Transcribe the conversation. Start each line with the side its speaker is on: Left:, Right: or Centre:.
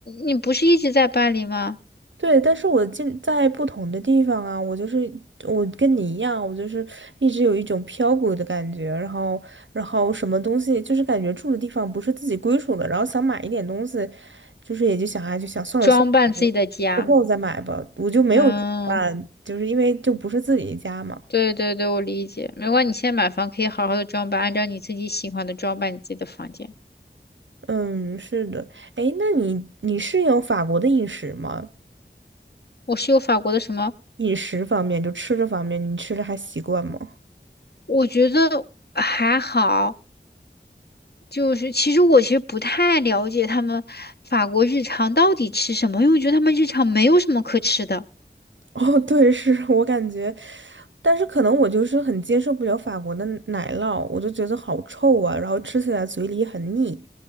Left: 你不是一直在巴黎吗？
Right: 对，但是我进在不同的地方啊，我就是我跟你一样，我就是一直有一种漂泊的感觉，然后然后什么东西就是感觉住的地方不是自己归属的，然后想买一点东西，就是也就想哎就想算了算了，
Left: 装扮自己的家，
Right: 之后再买吧，我就没有办，
Left: 嗯。
Right: 就是因为就不是自己的家嘛。
Left: 对对对，我理解。没关系，你现在买房可以好好的装扮，按照你自己喜欢的装扮你自己的房间。
Right: 嗯，是的，哎，那你你适应法国的饮食吗？
Left: 我是有法国的什么？
Right: 饮食方面，就吃的方面，你吃的还习惯吗？
Left: 我觉得还好，就是其实我其实不太了解他们法国日常到底吃什么，因为我觉得他们日常没有什么可吃的
Right: 哦，对，是 <laughs> 我感觉，但是可能我就是很接受不了法国的奶酪，我就觉得好臭啊，然后吃起来嘴里很腻，